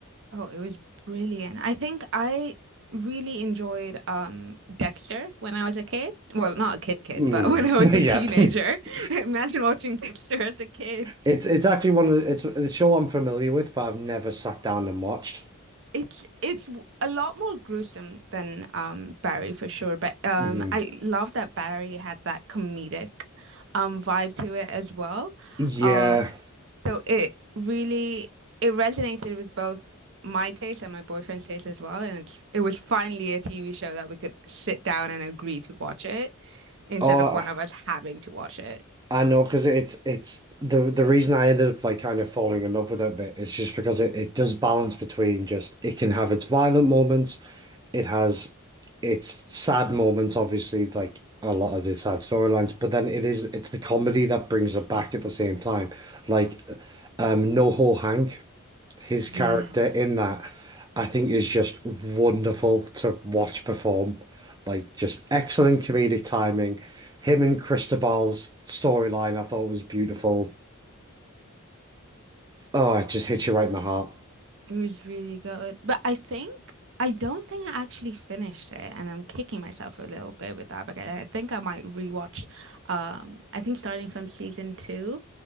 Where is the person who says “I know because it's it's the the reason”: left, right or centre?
Right